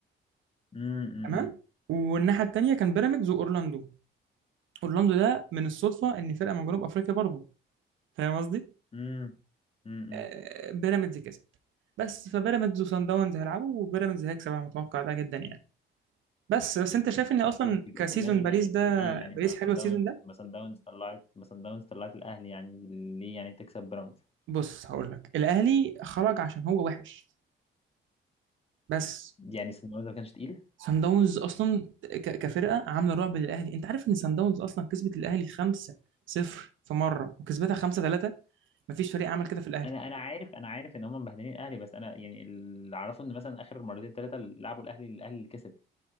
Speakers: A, on the left (about 30°); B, on the right (about 75°).
A: امم
B: تمام والناحيه التانيه كان بيراميدز واورلاندو اورلاندو ده من الصدفه ان فرقه من جنوب افريقيا برضه فاهم قصدي؟
A: امم امم
B: آه، بيراميدز كسب بس فبيراميدز وصن داونز هيلعبوا وبيراميدز هيكسب انا متوقع ده جدا يعني بس بس انت شايف ان اصلا
A: بج-
B: كسيزون
A: بجد
B: باريس
A: يعني
B: ده
A: ليه يعني
B: باريس
A: ما سان
B: حلوه السيزون
A: داونز
B: ده
A: ما سان داونز طلعت ما سان داونز طلعت الاهلي يعني ليه يعني تكسب بيراميدز
B: بص هقول لك الاهلي خرج عشان هو وحش بس
A: يعني سان داونز ما كانش تقيل
B: سان داونز اصلا ك- كفرقه عامله رعب للاهلي انت عارف ان سان داونز اصلا كسبت الاهلي 5 0 في مره وكسبتها 5 3 مفيش فريق عمل كده في الاهلي
A: انا انا عارف انا عارف ان هم مبهدلين الاهلي بس انا يعني اللي اعرفه ان مثلا اخر مرتين ثلاثه لعبوا الاهلي الاهلي اللي كسب